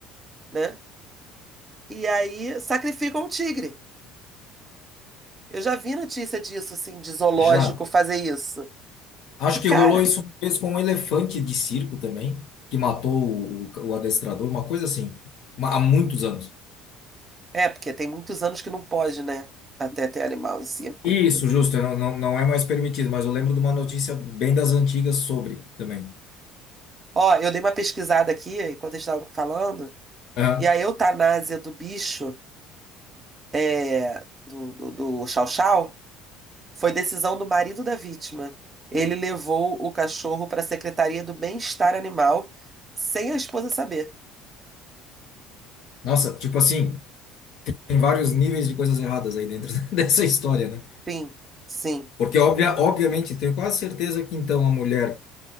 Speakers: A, on the right (about 30°); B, on the left (about 55°).
A: né? E aí sacrificam o tigre. Eu já vi notícia disso, assim, de zoológico
B: Já.
A: fazer isso.
B: Acho
A: E, cara,
B: que rolou isso uma vez com um elefante de circo também, que matou o, o- o adestrador, uma coisa assim, uma- há muitos anos.
A: É, porque tem muitos anos que não pode, né? Até ter animal em circo.
B: Isso, justo, não, não, não é mais permitido, mas eu lembro de uma notícia bem das antigas sobre também.
A: Ó, eu dei uma pesquisada aqui enquanto a gente tava falando,
B: Aham.
A: e a eutanásia do bicho, é, do, do, do Chow Chow, foi decisão do marido da vítima. Ele levou o cachorro para a Secretaria do Bem-Estar Animal sem a esposa saber.
B: Nossa, tipo assim, tem vários níveis de coisas erradas aí dentro <laughs> dessa história, né?
A: Sim, sim,
B: Porque, obvia, obviamente, tenho quase certeza que então a mulher